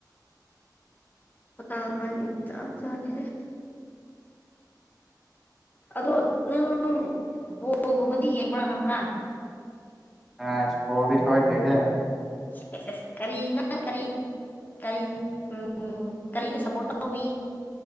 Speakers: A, on the left; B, in the centre.
A: ꯄ ꯇ ꯍꯥꯏ ꯆꯥ ꯆꯥꯗ <unintelligible> ꯑꯗꯣ ꯅꯪ ꯕꯣꯜꯒꯨꯝꯕꯗꯤ ꯌꯦꯡꯕꯥꯒꯗ꯭ꯔ
B: ꯑ ꯣꯕꯤꯁ ꯑꯣꯏꯗꯤꯍꯦ
A: <unintelligible> ꯀꯔꯤꯅ ꯀꯔꯤ ꯀꯩ ꯎꯝ ꯀꯩꯗ ꯁꯄꯣꯔ ꯇꯧꯋꯤ